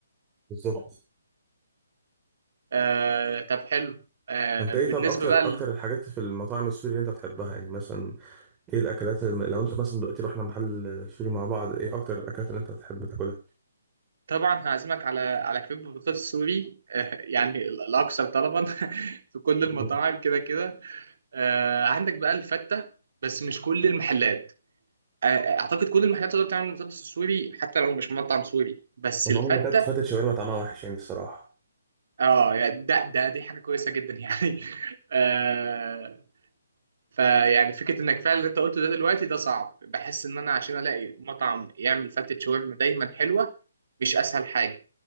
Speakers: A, on the right; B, on the right.
A: بالظبط
B: آه طب حلو آه
A: انت ايه
B: بالنسبة
A: طب اكتر
B: بقى ل...
A: اكتر الحاجات في المطاعم السوري اللي انت بتحبها يعني مثلا ايه الاكلات الم... لو انت مثلا دلوقتي رحنا محل سوري مع بعض ايه اكتر الاكلات اللي انت بتحب تاكلها
B: طبعا هعزمك على على كريب بطاطس سوري آه يعني ال- الأكثر طلبا <laughs> في كل المطاعم
A: مم.
B: كده كده آه عندك بقى الفتة بس مش كل المحلات آه أعتقد كل المحلات تقدر تعمل بطاطس سوري حتى لو مش مطعم سوري بس
A: انا
B: الفتة
A: عمري ما اكلت فتة شاورما طعمها وحش يعني الصراحه
B: اه يعني ده ده دي حاجة كويسة جدا يعني <laughs> آه فيعني فكرة انك فعلا اللي انت قلته ده دلوقتي ده صعب بحس ان انا عشان الاقي مطعم يعمل فتة شاورما دايما حلوة مش اسهل حاجة